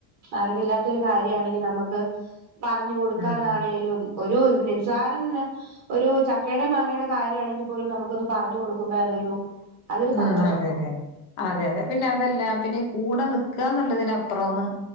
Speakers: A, on the right; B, on the left.
A: അറിവില്ലാത്തരു കാര്യാണെങ്കി നമുക്ക് പറഞ്ഞു കൊടുക്കാനാണേലും
B: ഉം
A: ഒരു നിസാരം ന ഒരു ചക്കേടേം മാങ്ങേടേം കാര്യാണെങ്കി പോലും നമുക്കൊന്ന് പറഞ്ഞു കൊടുക്കുമ്പേ അതൊരു അതൊരു
B: ഉം
A: സന്തോഷം
B: അതെ അതെ അതെ അതെ പിന്നെ അതെല്ലാ പിന്നെ കൂടെ നിക്കാന്ന്ള്ളതിനപ്പുറോന്ന്